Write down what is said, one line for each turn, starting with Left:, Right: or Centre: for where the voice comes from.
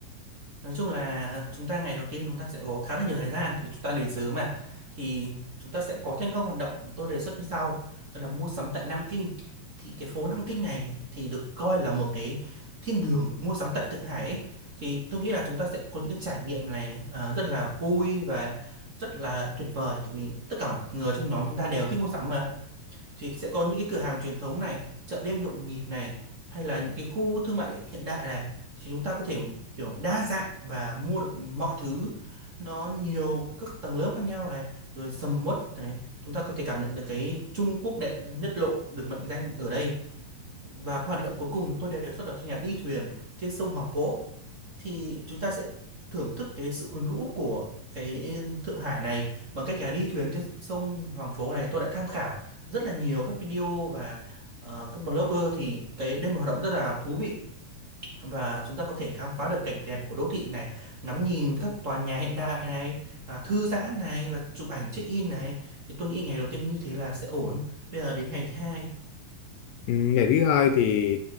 Right: Nói chung là chúng ta ngày đầu tiên chúng ta sẽ có khá là nhiều thời gian tại vì chúng ta đến sớm mà thì chúng ta sẽ có thêm các hoạt động tôi đề xuất như sau đó là mua sắm tại Nam Kinh thì cái phố Nam Kinh này thì được coi là một cái thiên đường mua sắm tại Thượng Hải ấy. Thì tôi nghĩ là chúng ta sẽ có những cái trải nghiệm này ờ, rất là vui và rất là tuyệt vời tại vì tất cả người trong nhóm chúng ta đều thích mua sắm mà thì sẽ có những cái cửa hàng truyền thống này, chợ đêm nhộn nhịp này hay là những cái khu thương mại hiện đại này thì chúng ta có thể kiểu đa dạng và mua được mọi thứ nó nhiều các tầng lớp khác nhau này rồi sầm uất này chúng ta có thể cảm nhận được cái Trung Quốc đệ nhất lộ được mệnh danh ở đây và cái hoạt động cuối cùng tôi đề xuất đó chính là đi thuyền trên sông Hoàng Phố thì chúng ta sẽ thưởng thức cái sự quyến rũ của cái Thượng Hải này bằng cách là đi thuyền trên sông Hoàng Phố này tôi đã tham khảo rất là nhiều các video và ờ, các blogger thì cái đây là một hoạt động rất là thú vị và chúng ta có thể khám phá được cảnh đẹp của đô thị này ngắm nhìn các tòa nhà hiện đại này à, thư giãn này và chụp ảnh check in này thì tôi nghĩ ngày đầu tiên như thế là sẽ ổn bây giờ đến ngày thứ hai
Left: Ừ, Ngày thứ hai thì